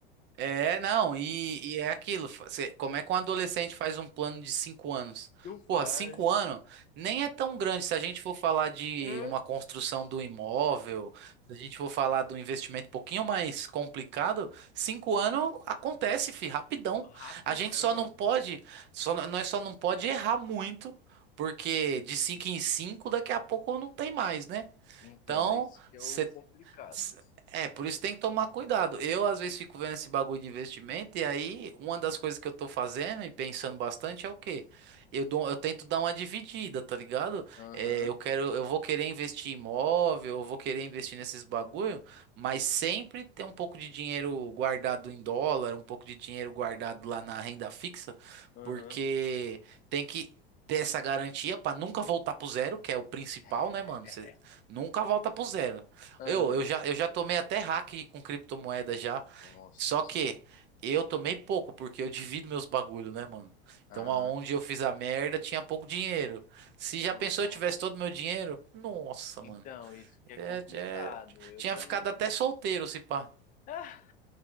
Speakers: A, on the right; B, on the left.
A: É, não, e, e é aquilo. fa- cê- como é que um adolescente faz um plano de cinco anos?
B: Não faz.
A: Porra, cinco anos nem é tão grande se a gente for falar de
B: É.
A: uma construção do imóvel, se a gente for falar do investimento um pouquinho mais complicado, cinco anos acontece, fi, rapidão.
B: Rapidão.
A: A gente só não pode, só, não- nós só não pode errar muito, porque de cinco em cinco daqui a pouco não tem mais, né?
B: Então,
A: Então,
B: esse que
A: você
B: é o complicado.
A: S- É, por isso tem que tomar cuidado. Eu, às vezes, fico vendo esse bagulho de investimento, e aí, uma das coisas que eu tô fazendo e pensando bastante é o quê? Eu dou, eu tento dar uma dividida, tá ligado?
B: Aham,
A: É, eu quero, eu vou querer investir em imóvel, eu vou querer investir nesses bagulho, mas sempre ter um pouco de dinheiro guardado em dólar, um pouco de dinheiro guardado lá na renda fixa,
B: aham.
A: porque tem que ter essa garantia pra nunca voltar pro zero, que é o principal,
B: <laughs>
A: né, mano? Você nunca volta pro zero.
B: Aham.
A: Eu, eu já, eu já tomei até hack com criptomoeda já.
B: Nossa.
A: Só que eu tomei pouco, porque eu divido meus bagulho, né, mano?
B: Ah,
A: Então, aonde eu fiz a merda, tinha pouco dinheiro. Se
B: Não.
A: já pensou eu tivesse todo meu dinheiro? Nossa,
B: Então,
A: mano.
B: isso que é
A: É,
B: complicado.
A: é-
B: Eu
A: tinha
B: também,
A: ficado até solteiro, se pá.
B: Ah,